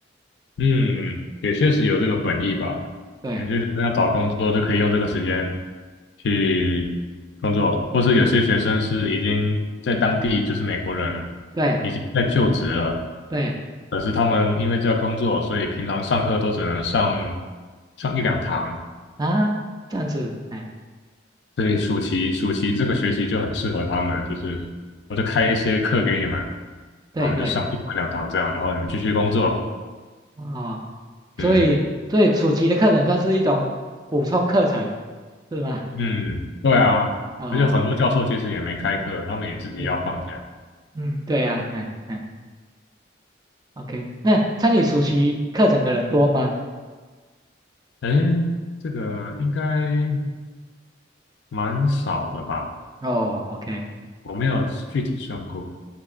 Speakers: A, on the left; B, on the right.
A: 嗯，也确实有这个本意吧。
B: 对
A: 有些学生要找工作就可以用这个时间去工作，或是有些学生是已经在当地，就是美国人
B: 对
A: 已经在就职了，
B: 对
A: 可是他们因为这个工作，所以平常上课都只能上上一两堂，
B: 啊，这样子，哎，
A: 所以暑期暑期这个学期就很适合他们，就是我就开一些课给你们，
B: 对对
A: 然后你就上一堂两堂这样，然后你们继续工作，
B: 哦，所以所以暑期的课程算是一种补充课程
A: 嗯。
B: 是吗？
A: 嗯，对啊，
B: 哦，OK，
A: 而且很多教授其实也没开课，他们也自己要放假。
B: 是，嗯，对呀、啊，哎哎。OK，那参与暑期课程的人多吗？
A: 哎，这个应该蛮少的吧？
B: 哦，OK，
A: 我没有具体算过。